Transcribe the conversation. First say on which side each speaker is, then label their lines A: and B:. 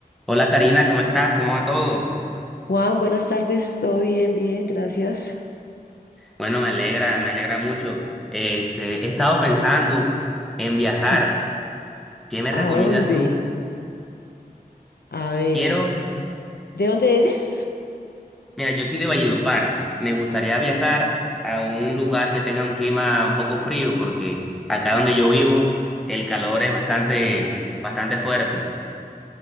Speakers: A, in the centre; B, on the left.
A: Hola Karina, ¿cómo estás? ¿Cómo va todo?
B: Juan, buenas tardes, todo bien, bien, gracias.
A: Bueno, me alegra, me alegra mucho. Este, he estado pensando en viajar.
B: ¿Qué?
A: ¿Qué me
B: ¿A
A: recomiendas
B: dónde?
A: tú?
B: A ver,
A: Quiero,
B: ¿de dónde eres?
A: mira, yo soy de Valledupar. Me gustaría viajar a un lugar que tenga un clima un poco frío, porque acá donde yo vivo, el calor es bastante, bastante fuerte.